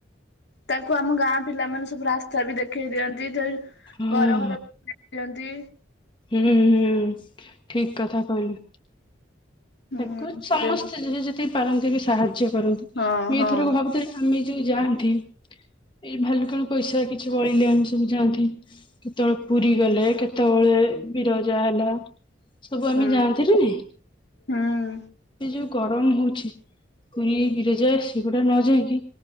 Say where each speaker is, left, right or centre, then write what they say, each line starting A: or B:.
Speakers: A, on the left; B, on the left.
A: ତାକୁ ଆମ ଗାଁ ପିଲାମାନେ ସବୁ ରାସ୍ତା ବି ଦେଖେଇ ଦିଅନ୍ତି ଯେ
B: ହଁ ହଁ
A: ଘର ଘର ପିଅନ୍ତି।
B: ହୁଁ ହୁଁ ଠିକ୍ କଥା କହିଲୁ।
A: ହୁଁ
B: ତାକୁ
A: ସେ
B: ସମସ୍ତେ ଯେ-ଯେ-ଯେତିକି ପାରନ୍ତି ବି ସାହାଯ୍ୟ କରନ୍ତି
A: ହଁ
B: ମୁଁ
A: ହଁ
B: ଏଇଥରକୁ ଭାବୁଥିଲି ଆମେ ଯୋଉ ଯାଆନ୍ତି। ଏଇ ଭାଲୁକାଣି ପଇସା କିଛି ବଳିଲେ ଆମେ ସବୁ ଯାଆନ୍ତି। କେତବେଳେ ପୁରୀ ଗଲେ କେତବେଳେ ବିରଜା ହେଲା ସବୁ ଆମେ
A: ହୁଁ
B: ଯାଆନ୍ତିନା ନାହିଁ?
A: ହୁଁ।
B: ଯଉ ଗରମ ହଉଛି। ପୁରୀ ବିରଜା ସେଗୁଡା ନ ଯାଇକି